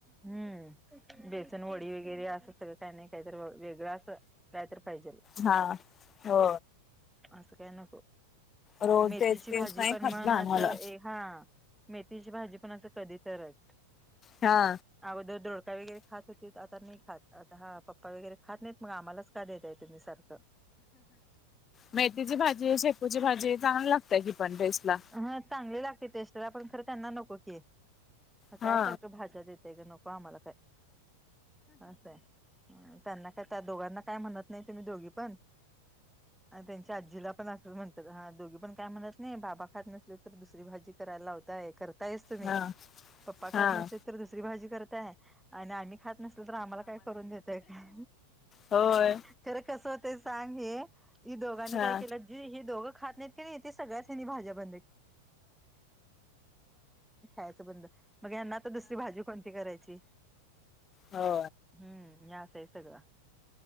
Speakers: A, in the centre; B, on the left.
A: हम्म बेचन वडी वगैरे असं सगळं काही नाही काही तर वेगळं असं रायत्र पाहिजे
B: हा हो
A: असं काय नको
B: रोज
A: मेथीची
B: तेच तेच
A: भाजी
B: नाही
A: पण
B: खात
A: मण
B: लहान
A: असं
B: मुलं
A: एक हा मेथीची भाजी पण असं कधी तरच
B: हा
A: अगोदर डोडका वगैरे खात होती आता नाही खात आता हा पप्पा वगैरे खात नाहीत मग आम्हालाच देत आहे तुम्ही सारखं
B: मेथीची भाजी शेकूची भाजी आहे चांग लागतेय की पण टेस्ट ला
A: हा चांगली लागते टेस्टला पण खर त्यांना नको की काय
B: हा
A: सारखं भाज्या देत ते नको आम्हाला काय असं आहे त्यांना का त्या दोघांना काय म्हणत नाही तुम्ही दोघी पण आणि त्यांच्या आजीला पण असं म्हणतात हा दोघी पण काय म्हणत नाही बाबा खात नस तर दुसरी भाजी कराय लावताय करताय तुम्ही
B: हा
A: पप्पा
B: हा
A: खात नस तर दुसरी भाजी करताय आणि आम्ही खात न आम्हाला काय करून देतय का
B: होय
A: खर कस सांग हे ही दोघांनी
B: हा
A: काय केलं जे हे दोघं खात नाहीत की नाही ते सगळ्याचनी भाजप ् बयच बना दुरीजण करायची
B: हो
A: हम्म या से सगळ